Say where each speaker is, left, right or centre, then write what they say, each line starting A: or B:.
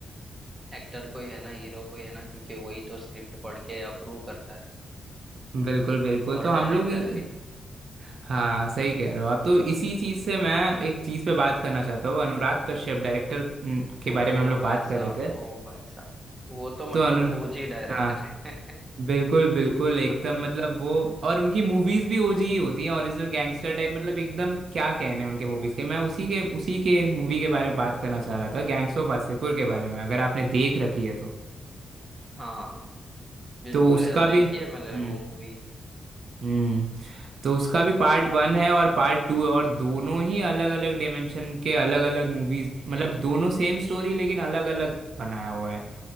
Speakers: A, on the right; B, on the right.
A: एक्टर को ही है ना हीरो को ही है ना क्योंकि वही तो स्क्रिप्ट पढ़ के अप्रूव करता है
B: हम्म। बिल्कुल बिल्कुल
A: और
B: तो हम
A: डायरेक्टर
B: लोग इस-
A: भी
B: हाँ सही कह रहे हो आप तो इसी चीज़ से मैं एक चीज़ पे बात करना चाहता हूँ अनुराग कश्यप डायरेक्टर के
A: ओ
B: बारे में हम लोग
A: भाई
B: बात
A: साहब
B: कर रहे थे
A: ओ भाई साहब वो तो
B: तो
A: मतलब
B: अनु
A: ओजी डायरेक्टर
B: हाँ
A: है
B: बिल्कुल बिल्कुल एकदम
A: <laughs>
B: मतलब वो और उनकी मूवीज भी ओजी ही होती हैं ओरिजिनल गैंगस्टर टाइप मतलब एकदम क्या कहने उनके मूवीज के मैं उसी के उसी के मूवी के बारे में बात करना चाह रहा था गैंग्स ऑफ वासेपुर के बारे में अगर आपने देख रखी है तो
A: हाँ बिल्कुल
B: तो उसका
A: यार देखी
B: भी
A: है मैंने
B: हम्म
A: वो मूवी
B: हम्म तो उसका भी पार्ट वन है और पार्ट टू है और दोनों ही अलग अलग डिमेंशन के अलग अलग मूवीज मतलब
A: <laughs>
B: दोनों सेम स्टोरी लेकिन अलग अलग बनाया हुआ है